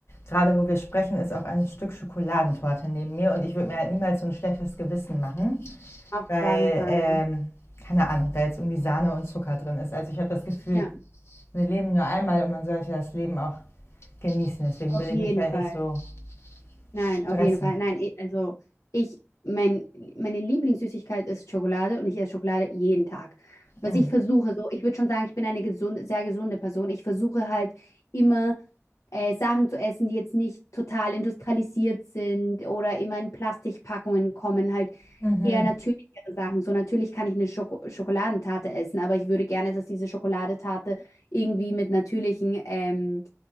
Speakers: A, on the left; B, on the left.
A: gerade, wo wir sprechen, ist auch ein Stück Schokoladentorte neben mir. Und ich würde mir halt niemals so ein schlechtes Gewissen machen,
B: Auf
A: weil,
B: gar keinen Fall,
A: ähm,
B: ja.
A: keine Ahnung, da jetzt irgendwie Sahne und Zucker drin ist. Also ich habe das Gefühl,
B: Ja,
A: wir leben nur einmal und man sollte das Leben auch genießen. Deswegen
B: auf
A: will ich
B: jeden
A: mich halt
B: Fall.
A: nicht so
B: Nein,
A: stressen.
B: auf jeden Fall. Nein, eh, also ich, mein, meine Lieblingssüßigkeit ist Schokolade und ich esse Schokolade jeden Tag. Was
A: Mm.
B: ich versuche, so, ich würde schon sagen, ich bin eine gesunde, sehr gesunde Person. Ich versuche halt immer äh, Sachen zu essen, die jetzt nicht total industrialisiert sind oder immer in Plastikpackungen kommen, halt
A: Mhm.
B: eher natürlichere Sachen. So natürlich kann ich eine Schoko Schokoladentarte essen, aber ich würde gerne, dass diese Schokoladentarte irgendwie mit natürlichen ähm,